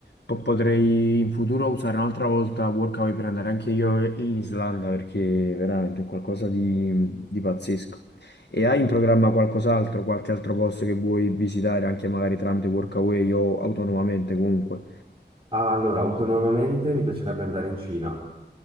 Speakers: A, on the left; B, on the right.
A: po- potrei in futuro usare un'altra volta Workaway per andare anche io in Islanda perché veramente è qualcosa di, di pazzesco. E hai in programma qualcos'altro, qualche altro posto che vuoi visitare anche magari tramite Workaway o autonomamente comunque?
B: Ah, allora, autonomamente mi piacerebbe andare in Cina.